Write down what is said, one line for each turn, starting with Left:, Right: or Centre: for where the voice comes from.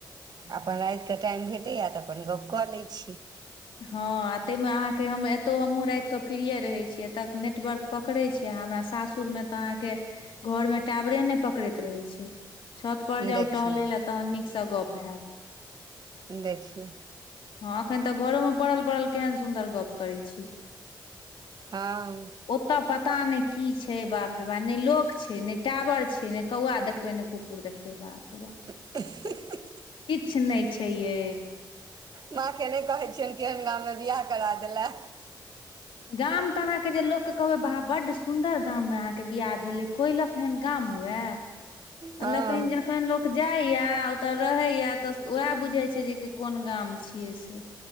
Right: अपन रातिकेँ टाइम भेटैए तऽ अपन गप्प कऽ लै छी
Left: हँ आ तैमे अहाँके हम एतहु हमहूँ राति कऽ फीरिये रहै छीयै एतऽ नेटवर्क पकड़ै छै हमरा सासुर मे तऽ अहाँके घरमे टावरे नहि पकड़ैत रहै छै छतपर जाउ
Right: देखियौ
Left: टहलै लए तहन नीकसँ गप्प हैत
Right: देखियौ
Left: हँ एखन तऽ घरोमे पड़ल पड़ल केहन सुन्दर गप्प करैत छी
Right: हँ
Left: ओत्त प पुता ने की छै बाप रे बाप ने लोक छै नहि टावर छै ने कौआ देखबै ने कुकुर देखबै बाप
Right: ही
Left: रे बा
Right: ही
Left: किछु नहि छै यै
Right: माँ के नहि कहैत छियनि केहन गाममे बियाह करा देला
Left: गाम तऽ अहाँके जे लोकके कहबै आहा बड्ड सुंन्दर गाममे अहाँके बियाह भेल ऐ कोइलक एहन गाम हुए
Right: हँ
Left: आ लेकनि जखन लोक जाइया ओतय रहैया तऽ उएह बुझै छै जे कि कोन गाम छियै से